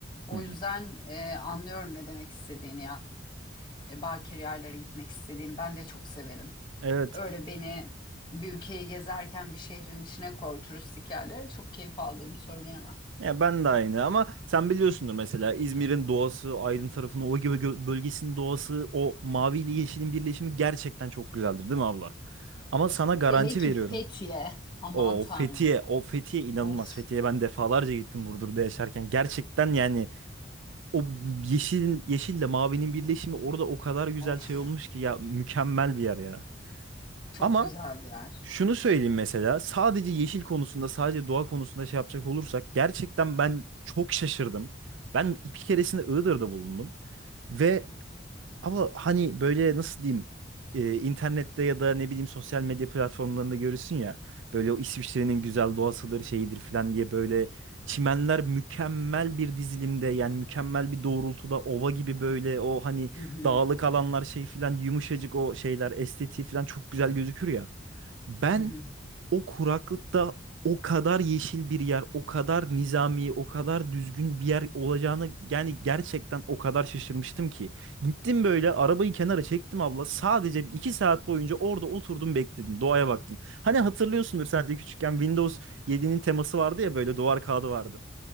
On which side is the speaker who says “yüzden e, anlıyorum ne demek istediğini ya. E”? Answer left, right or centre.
Left